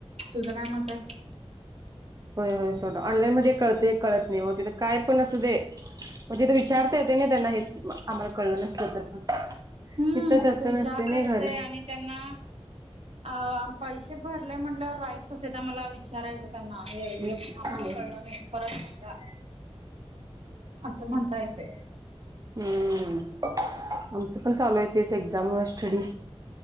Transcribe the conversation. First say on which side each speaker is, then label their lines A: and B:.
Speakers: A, on the right; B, on the right.
A: तुझं काय मत आये?
B: होय होय सोडं ऑनलाईन मध्ये कळते कळत नाही हो तिथ काय पण असू दे? मग तिथ विचारता येत ना त्यांना हेच आम्हाला कळलं नसल तर पण. तिथ
A: हम्म
B: तस
A: तिथं विचारता
B: नसते नाही
A: येतय
B: घरी?
A: आणि त्यांना आ पैसे भरले म्हणल्यावर राईट्स असते आम्हाला विचारायचं. त्यांना ए
B: होय
A: एक आम्हाला
B: होय
A: कळलं नाही परत सांगा. आसं म्हणता येतंय.
B: हम् आमचं पण चालूये तेच एक्झाम व स्टडी.